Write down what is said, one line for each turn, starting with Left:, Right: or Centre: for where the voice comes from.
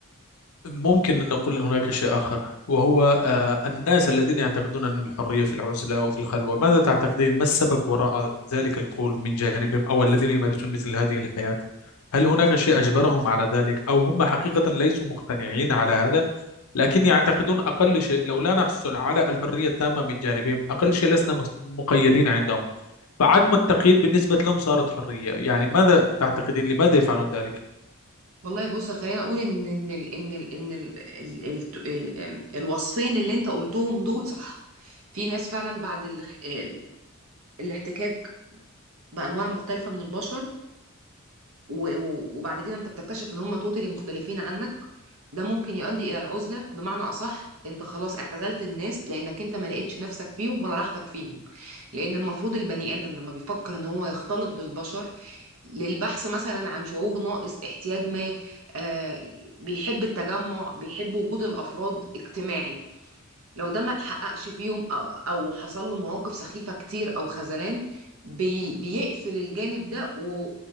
Left: ممكن أن نقول هناك شيء آخر وهو آه، الناس الذين يعتقدون أن الحرية في العزلة وفي الخلوة ماذا تعتقدين ما السبب وراء ذلك القول من جانبهم أو الذين يمارسون مثل هذه الحياة هل هناك شيء أجبرهم على ذلك أو هم حقيقة ليسوا مقتنعين على هذا لكن يعتقدون أقل شيء لو لا نحصل على الحرية التامة من جانبهم أقل شيء لسنا مس- مقيدين عندهم فعدم التقييد بالنسبة لهم صارت حرية يعني ماذا تعتقدين لماذا يفعلون ذلك
Right: والله بص خلينا اقول ان ان ال ان ال ان ال ال ال ال الوصفين اللي انت قلتهم دول صح في ناس فعلا بعد ال آمم، الاحتكاك بانواع مختلفه من البشر و- و- وبعد كده انت بتكتشف ان هم توتالي مختلفين عنك ده ممكن يؤدي الى العزله بمعنى اصح انت خلاص اعتزلت الناس لانك انت ما لقيتش نفسك فيهم ولا راحتك فيهم لان المفروض البني ادم لما بيفكر ان هو يختلط بالبشر للبحث مثلا عن شعور ناقص احتياج ما آه، بيحب التجمع بيحب وجود الافراد اجتماعي لو ده ما اتحققش فيهم آه، او حصل له مواقف سخيفة كتير او خذلان بي بيقفل الجانب ده و